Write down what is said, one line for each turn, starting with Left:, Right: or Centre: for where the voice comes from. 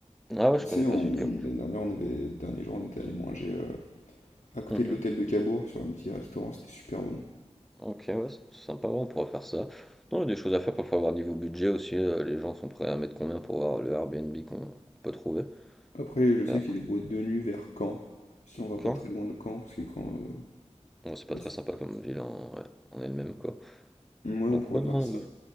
Centre: Ah ouais,
Left: Tu
Centre: je
Left: sais,
Centre: connais
Left: on-
Centre: pas sud cap
Left: l'année dernière, on avait, dernier jour, on était allé manger euh, à côté
Centre: Mhm.
Left: de l'hôtel de Cabourg sur un petit restaurant, c'était super bon.
Centre: Ok, ouais, c'est sympa, ouais, on pourra faire ça. Non, il y a des choses à faire, parfois, voir niveau budget aussi. euh, les gens sont prêts à mettre combien pour voir le Airbnb qu'on qu'on peut trouver.
Left: Après, je
Centre: Mais
Left: sais
Centre: après,
Left: qu'il y a des boîtes de nuit vers Caen, si on va pas
Centre: quand?
Left: très loin de Caen, parce que Caen, euh,
Centre: Ouais, c'est pas
Left: bah,
Centre: très
Left: c'est-
Centre: sympa comme ville en, ouais, en elle-même, quoi.
Left: ouais, on
Centre: Donc
Left: pourrait
Centre: ouais,
Left: faire
Centre: non,
Left: ça.
Centre: oui.